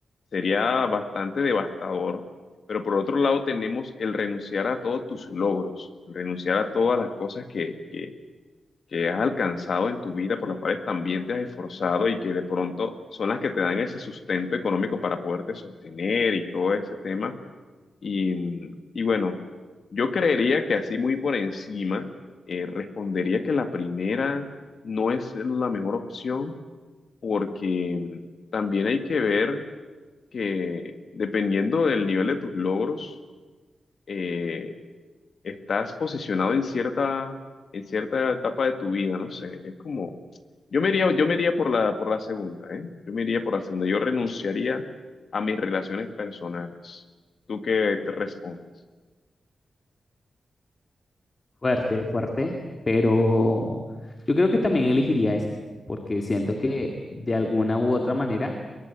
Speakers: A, on the left; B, on the left.
A: sería bastante devastador. Pero por otro lado tenemos el renunciar a todos tus logros, el renunciar a todas las cosas que, que, que has alcanzado en tu vida, por las cuales también te has esforzado y que de pronto son las que te dan ese sustento económico para poderte sostener y todo ese tema. Y, y bueno, yo creería que así muy por encima, eh, respondería que la primera no es la mejor opción porque también hay que ver que dependiendo del nivel de tus logros, eh, estás posicionado en cierta, en cierta etapa de tu vida, no sé, es como, yo me iría, yo me iría por la, por la segunda, ¿eh? Yo me iría por la segunda, yo renunciaría a mis relaciones personales. ¿Tú qué te respondes?
B: Fuerte, fuerte, pero yo creo que también elegiría esa, porque siento que de alguna u otra manera,